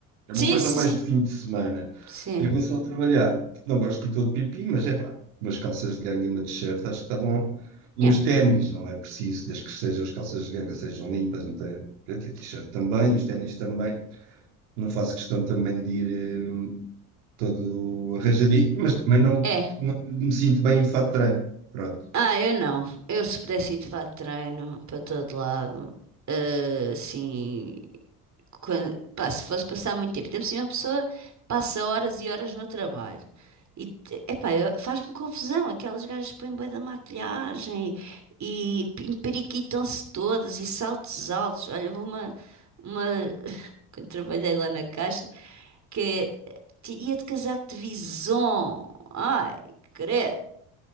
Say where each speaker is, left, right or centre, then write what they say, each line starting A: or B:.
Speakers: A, on the right (about 75°); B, on the right (about 40°).
A: É
B: Sim,
A: uma coisa
B: sim,
A: mais
B: sim.
A: de fim de semana.
B: Sim.
A: Em relação a trabalhar, não gosto de ir todo pipi, mas é pá, umas calças de ganga e uma t-shirt acho que está bom. E
B: Yeah.
A: os ténis, não é preciso, desde que sejam as calças de ganga sejam limpas, não tem. pronto, E a t-shirt também, os ténis também. Não faço questão também de ir hum, todo arranjadinho, mas também não,
B: É.
A: não me sinto bem de fato de treino. Pronto.
B: Ah, eu não. Eu se pudesse ir de fato de treino para todo lado, eh, assim, quan- pá, se fosse passar muito tempo, ainda por cima a pessoa passa horas e horas no trabalho. E, te- epá, eu- faz-me confusão, aquelas gajas que põem bué da maquilhagem e periquitam se todas e saltos altos. Olha, houve uma, uma, quando trabalhei lá na caixa, que eh, ti- ia de casaco de vison. Ai, credo.